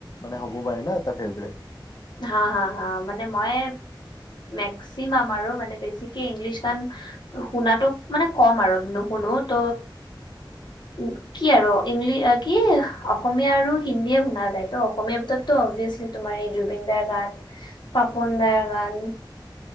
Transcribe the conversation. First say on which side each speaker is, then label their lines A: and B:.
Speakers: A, on the left; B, on the left.
A: মানে হ'ব পাৰে ন এটা ফেভাৰিট
B: হা হা হা মানে মই মেক্সিমাম আৰু মানে বেছিকে ইংলিছ গান শুনাতো মানে কম আৰু নুশুনো অ ত <unintelligible> কি আৰু ইংলি কি অসমীয়া আৰু হিন্দীয়ে শুনা যায় ত অসমীয়া ভিতৰতো অভিয়াচলি তোমাৰ এই জুবিন দাৰ গান পাপন দাৰ গান